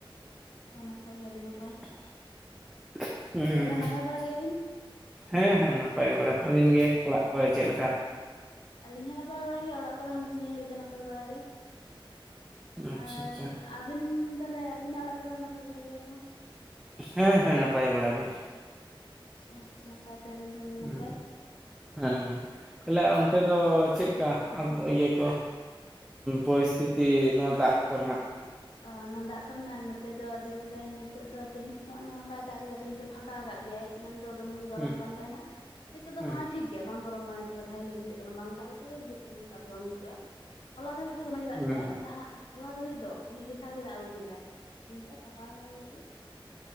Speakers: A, on the left; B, in the centre.
A: ᱚᱱᱟ ᱠᱷᱟᱡ ᱜᱮ ᱟᱹᱰᱤ ᱱᱟᱯᱟᱭ᱾
B: ᱩᱸᱻ
A: ᱛᱟᱦᱚᱞᱮ ᱱᱟᱯᱟᱭ ᱵᱟᱲᱟ ᱜᱮᱭᱟᱵᱤᱱ
B: ᱦᱮᱸ ᱦᱮᱸ ᱱᱟᱯᱟᱭ ᱵᱟᱲᱟ, ᱟᱹᱵᱤᱱ ᱜᱮ ᱚᱲᱟᱜ ᱠᱚᱨᱮ
A: ᱦᱚᱸ
B: ᱪᱮᱫ ᱞᱮᱠᱟ
A: ᱟᱹᱞᱤᱧ ᱦᱚᱸ ᱱᱟᱯᱟᱭ ᱵᱟᱲᱟ ᱜᱮ ᱚᱲᱟᱜ ᱠᱚᱨᱮ ᱦᱚᱸ ᱱᱤᱭᱟᱹ ᱜᱷᱟᱹᱲᱤᱡ ᱫᱚ ᱱᱟᱯᱟᱭ ᱵᱟᱲᱟ ᱜᱮ
B: ᱟᱪᱪᱷᱟ
A: ᱟᱨ
B: ᱟᱪᱪᱷᱟ
A: ᱟᱹᱵᱤᱱ ᱛᱟᱦᱮᱞᱮ ᱟᱹᱵᱤᱱᱟᱜ ᱚᱲᱟᱜ ᱠᱚᱨᱮ ᱦᱚᱸ ᱱᱟᱯᱟᱭ ᱵᱟᱲᱟ ᱜᱮᱭᱟ ᱠᱚ
B: ᱦᱮᱸ ᱦᱮᱸ ᱱᱟᱯᱟᱭ ᱵᱟᱲᱟ ᱜᱮ
A: ᱚ ᱱᱟᱯᱟᱭ ᱛᱟᱦᱮᱸ ᱞᱮᱱ ᱠᱷᱟᱱ ᱜᱮ
B: ᱦᱩᱸ
A: ᱱᱟᱯᱟᱭ
B: ᱦᱮᱸ ᱦᱮᱸ ᱛᱟᱦᱚᱞᱮ ᱚᱱᱛᱮ ᱫᱚ ᱪᱮᱫ ᱞᱮᱠᱟ ᱤᱭᱟᱹ ᱠᱚ ᱯᱚᱨᱤᱥᱛᱤᱛᱤ ᱱᱚᱣᱟ ᱫᱟᱜ ᱠᱚᱨᱮᱱᱟᱜ
A: ᱚᱱᱟ ᱫᱟᱜ ᱠᱚᱨᱮᱱᱟᱜ ᱱᱚᱛᱮ ᱫᱚ ᱫᱤᱭᱮᱯᱚᱨᱮ ᱱᱤᱛᱚᱜ ᱫᱚ ᱛᱮᱦᱤᱧ ᱩᱱᱟᱹᱜ ᱵᱟᱭ ᱫᱟᱜ ᱠᱮᱫᱟ ᱛᱮᱦᱤᱧ ᱫᱚ ᱯᱷᱟᱸᱠᱟ ᱟᱠᱟᱜ ᱜᱮᱭᱟᱭ ᱮᱱᱟᱝ ᱫᱚ ᱫᱚᱢᱮ ᱜᱮ ᱜᱚᱨᱚᱢ
B: ᱦᱩᱸ
A: ᱠᱟᱱ ᱛᱟᱦᱮᱱᱟ ᱱᱤᱛᱚᱜ ᱫᱚ
B: ᱦᱩᱸ
A: ᱦᱮᱸ ᱴᱷᱤᱠ ᱵᱟᱝ ᱜᱚᱨᱚᱢ ᱠᱟᱱᱟ ᱵᱷᱟᱜ ᱜᱮ ᱵᱩᱡᱷᱟᱹᱜ ᱠᱟᱱᱟ ᱵᱟᱝ ᱫᱟᱜ ᱞᱮᱠᱟ ᱜᱮ ᱵᱩᱡᱷᱟᱹᱜ ᱠᱟᱱᱟ ᱫᱟᱜ ᱫᱚ ᱵᱟᱝ ᱦᱤᱡᱩᱜᱼᱟ᱾ ᱦᱚᱞᱟ ᱫᱷᱟᱹᱵᱤᱡ ᱫᱚ ᱫᱚᱢᱮ ᱜᱮ ᱫᱟᱜ
B: ᱦᱩᱸ
A: ᱠᱮᱫᱟᱭ ᱞᱟᱦᱟ, ᱦᱚᱞᱟ ᱫᱷᱟᱹᱵᱤᱡ ᱫᱚ᱾ ᱢᱤᱫ ᱞᱮᱛᱟᱲ ᱜᱮ ᱫᱟᱜ ᱟᱹᱜᱩ ᱠᱮᱫᱟᱭ, ᱛᱮᱦᱮᱧ ᱛᱮᱜ ᱯᱷᱟᱸᱠᱟ ᱠᱟᱫᱟᱭ ᱠᱟᱹᱴᱤᱡ᱾